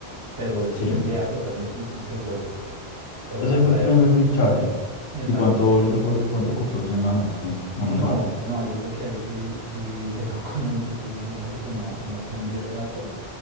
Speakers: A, on the right; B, on the left.
A: pero es
B: Sí,
A: una idea totalmente distinta de juego. Lo va
B: ese
A: a
B: fue
A: traer,
B: el primer fichaje.
A: exacto,
B: ¿Y cuánto, le co- cuánto costó ese mano? ¿Qué? No,
A: No,
B: no sabe.
A: no, yo creo que ahí sí, sí te dejo <laughs> con la inquietud bien porque no, no tendría ese dato.